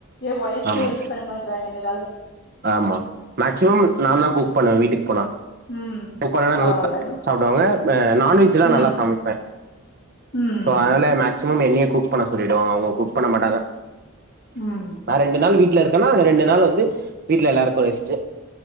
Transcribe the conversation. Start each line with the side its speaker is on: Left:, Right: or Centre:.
Left: ஏ ஒய்ஃபுக்கே
Right: ஆமா
Left: ஹெல்ப் பண்ணமாட்றாங்க இந்த கா.
Right: ஆமா. மேக்ஸிமம் நாதா குக் பண்ணுவ வீட்டுக்.
Left: ம்
Right: போல நல்லா
Left: பரவால்ல
Right: சாப்பிடுவாங்க நான்வெஜ்ல்லாம்
Left: ம்
Right: நல்லா சமைப்பேன்
Left: ம்
Right: அதுனால மேக்சிமம் என்னைய குக் பண்ண சொல்லிடுவாங்க அவங்க குக் பண்ண மாட்டாங்க
Left: ம் ம்
Right: நா ரெண்டு நாள் வீட் வீட்டுல இருக்கன்னா அந்த ரெண்டு நாள் வந்து வீட்டுல எல்லாருக்கும் ரெஸ்ட்